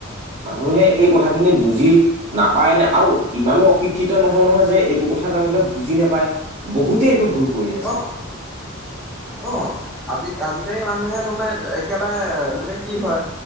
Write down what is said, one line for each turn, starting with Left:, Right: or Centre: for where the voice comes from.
Right: মানুহে এই কথাখিনি বুজি নাপায় নে আৰু ইমানো অশিক্ষিত নহয় নহয় যে এইবোৰ কথা তেওঁলোকে বুজি নাপায় বহুতে এইটো ভুল কৰি আছে
Centre: অহ। অ', আজি আজিকালি মানুহে তোমাৰ একেবাৰে মানে কি হয়